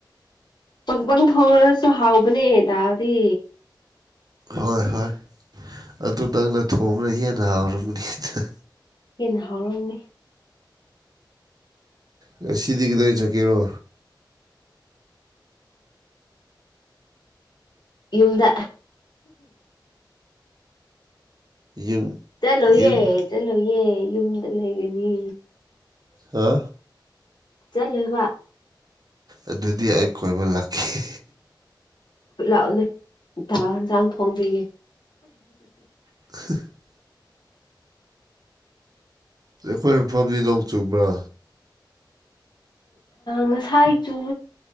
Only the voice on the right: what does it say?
ꯍꯣꯏ ꯍꯣꯏ ꯑꯗꯨ ꯅꯪꯅ ꯊꯣꯡꯕꯅ ꯍꯦꯟꯅ ꯍꯥꯎꯔꯝꯅꯤꯗ
ꯉꯁꯤꯗꯤ ꯀꯗꯥꯏ ꯆꯠꯀꯦꯔꯣ
ꯌꯨꯝ
ꯌꯨꯝ
ꯍꯥ
ꯑꯗꯨꯗꯤ ꯑꯩ ꯀꯣꯏꯕ ꯂꯥꯛꯈꯤ
<unintelligible> ꯑꯩꯈꯣꯏ ꯃꯐꯝꯗꯤ ꯅꯣꯡ ꯆꯨꯝꯕ꯭ꯔꯥ